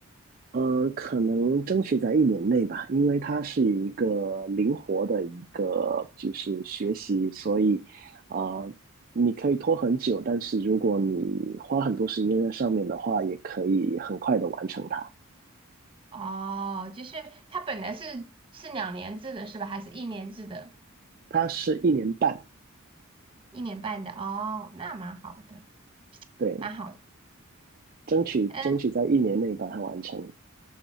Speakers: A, on the right (about 45°); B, on the right (about 25°).
A: 呃，可能争取在一年内吧，因为它是一个灵活的一个就是学习，所以啊、呃你可以拖很久，但是如果你花很多时间在上面的话，也可以很快的完成它。
B: 哦，就是它本来是是两年制的是吧？还是一年制的？
A: 它是一年半，
B: 一年半的？哦，那蛮好的，
A: 对，
B: 蛮好的。
A: 争取争取在一年内把它完成。
B: 嗯